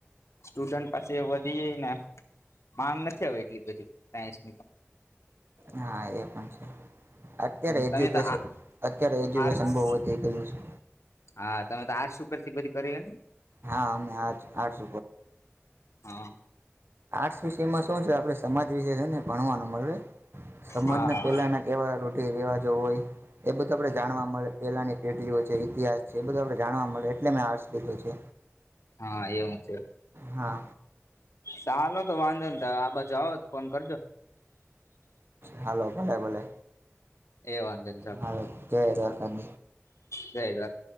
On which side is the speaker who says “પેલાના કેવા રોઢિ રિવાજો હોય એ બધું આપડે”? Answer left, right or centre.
Right